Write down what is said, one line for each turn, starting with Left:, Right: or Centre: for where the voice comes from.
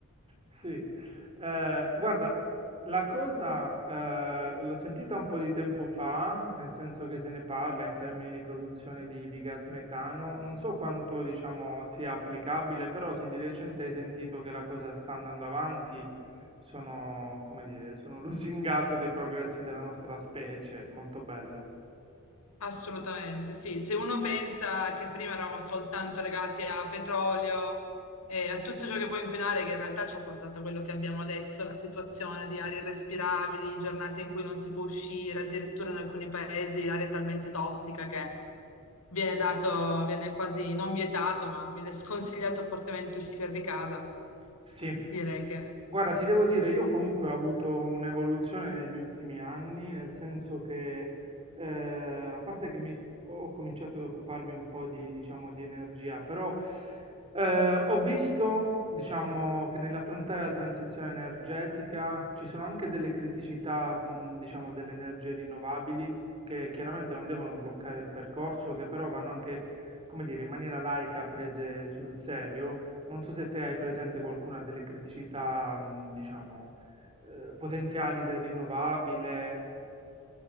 Right: sì. Eh, guarda, la cosa eh, l'ho sentita un po' di tempo fa, nel senso che se ne parla in termini di produzione di, di gas metano. Non so quanto, diciamo, sia applicabile, però sì, di recente hai sentito che la cosa sta andando avanti. Sono, come dire, sono <laughs> lusingato dei progressi della nostra specie, molto bello.
Left: Assolutamente, sì. Se uno pensa che prima eravamo soltanto legati a petrolio e a tutto ciò che può inquinare, che in realtà ci ha portato a quello che abbiamo adesso, la situazione di arie irrespirabili, giornate in cui non si può uscire, addirittura in alcuni paesi l'aria è talmente tossica che viene dato, viene quasi non vietato, ma viene sconsigliato fortemente uscire di casa.
Right: Sì,
Left: direi che...
Right: Guarda, ti devo dire, io comunque ho avuto un'evoluzione negli ultimi anni, nel senso che, eh, a parte che mi- ho cominciato ad occuparmi un po' di, diciamo, di energia, però eh, ho visto, diciamo, che nell'affrontare la transizione energetica ci sono anche delle criticità, mh, diciamo, delle energie rinnovabili, che chiaramente non devono bloccare il percorso, che però vanno anche, come dire, in maniera laica prese sul serio. Non so se te hai presente qualcuna delle criticità, mh, diciamo, eh, potenziali del rinnovabile.